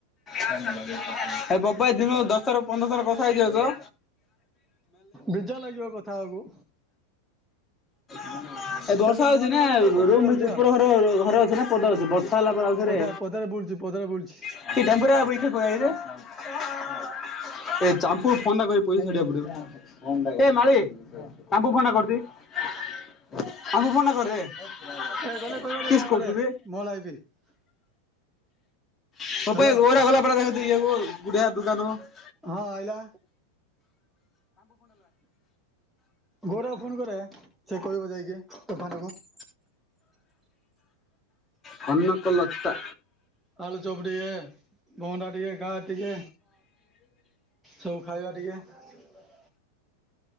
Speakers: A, on the left (about 20°); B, in the centre.
A: ଏ ପପୁ ଭାଇ ଦିନକୁ ଦଶ ଥର ପନ୍ଦର ଥର କଥା ହେଇ ଯାଉଛ।
B: ବୀଜାର ଲାଗିବ କଥା ହବାକୁ।
A: ଏ ବର୍ଷା
B: ଏବେ
A: ହଉଛି
B: ନୂଆ ନୂଆ
A: ନା
B: ଟା ତ କଥା
A: ରୁ
B: ହେଇ ହଉଛି
A: ଭିତ ଉପର
B: ଆଉ
A: ଘର ଘରେ ଅଛ ନା ପଦାରେ ଅଛ ବର୍ଷା ହେଲା ପା ଆଉଥରେ।
B: ପଦା ପଦାରେ ବୁଲୁଛି ପଦାରେ ବୁଲୁଛି।
A: <unintelligible> <unintelligible> <unintelligible>
B: <unintelligible>
A: କିସ୍ କରୁଛୁ ବେ। <unintelligible>
B: ହ୍ୟାଲୋ ହଁ ଆଜ୍ଞା ଗୌରବ। <unintelligible>
A: କନକ ଲତା।
B: ଆଳୁ ଚପ ଟୀକେ। ଭହଣ୍ଡା ଟିକେ ଗା ଟିକେ ସବୁ ଖାଇବା ଟିକେ। ହ